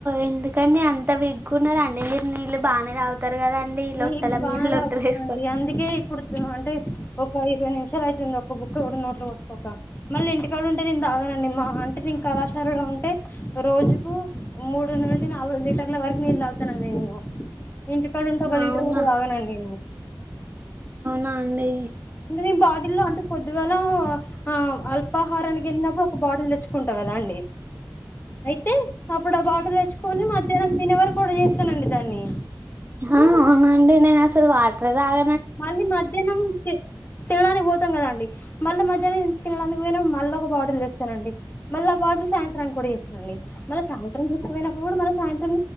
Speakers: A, on the right; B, on the left.
A: ఎందుకంని అంత విగ్గున్నారు అన్నీరు నీళ్లు బాగానే తాగుతారు కదండి
B: నీళ్లు
A: లొట్టల
B: బాగానే
A: మీద లొట్టలు
B: తగుతున్నాండి
A: వేసుకొని
B: అందుకే ఇప్పుడు అంటే ఒక ఇరవై నిమిషాలు అవుతుంది ఒక బుక్ కూడా నోట్లో పోసుకోక మళ్ళీ ఇంటికి ఇంటికాడ ఉంటే నేను తాగానండి మా అంటే నీ కళాశారులో ఉంటే రోజుకు మూడు నుండి నాలుగు లీటర్ల వరకు నీల్ తగ్గుతాను అండి నేను ఇంటికాడ ఉంటే ఒక లీటర్
A: అవునా
B: కూడా తగ్గానండి
A: ఆ అండి
B: అంట నీ బాటిల్లో అంటే పొద్దుగాల ఆ అల్ పాహారానికి వెళ్ళినప్పుడు ఒక బాటిల్ తెచ్చుకుంటా కదా అండి అయితే అప్పుడు ఆ బాటిల్ తెచ్చుకొని మధ్యాహ్నం తినే వరకు కూడా చేస్తానండి దాన్ని
A: ఆ అవునుండి నేన్ అస్సలే వాటర్ తాగ
B: మళ్ళీ మధ్యాహ్నం తిన్నదానికి పోతే కదండి మళ్ళీ మధ్యాహ్న తినడానికి పో మళ్ళీ ఒక బాటిల్ చేస్తానండి మళ్ళీ ఆ బాటిల్ సాయంత్రాన్ని కూడా చేస్తురండి మళ్ళీ సాయంత్రం గుచ్చిపోయినప్పుడు కూడా మన సాయంత్రం